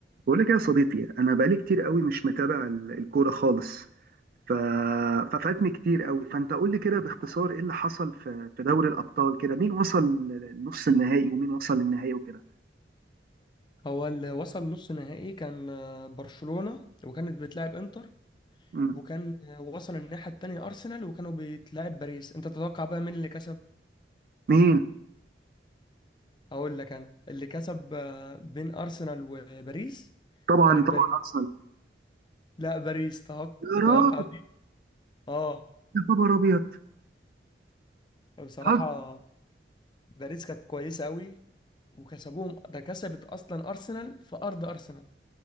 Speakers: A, on the right (about 55°); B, on the left (about 25°).
A: بقول لك إيه يا صديقي انا بقالي كتير قوي مش متابع ال- الكوره خالص ف... ففاتني كتير قوي فانت قول لي كده باختصار ايه اللي حصل في في دوري الابطال كده مين وصل لنص النهائي ومين وصل للنهائي وكده
B: هو اللي وصل نص نهائي كان آه، برشلونة وكانت بتلعب انتر
A: مم.
B: وكان آه، وصل الناحية التانية أرسنال وكانوا بيتلعب باريس أنت تتوقع بقى مين اللي كسب؟
A: مين
B: هقول لك أنا اللي كسب آه، بين أرسنال وباريس
A: طبعا
B: كانت
A: طبعا
B: باريس
A: ارسنال
B: لا باريس تتوقع
A: يا
B: تتوقع
A: راجل
B: دي اه
A: يا خبر ابيض
B: بصراحة
A: بتهزر؟
B: باريس كانت كويسة أوي وكسبوهم ده كسبت أصلا أرسنال في أرض أرسنال